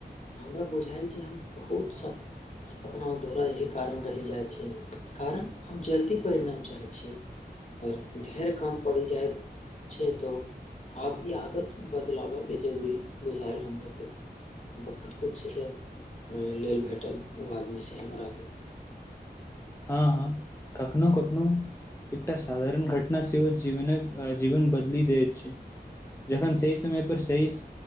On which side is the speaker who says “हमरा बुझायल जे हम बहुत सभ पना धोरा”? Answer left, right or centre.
Left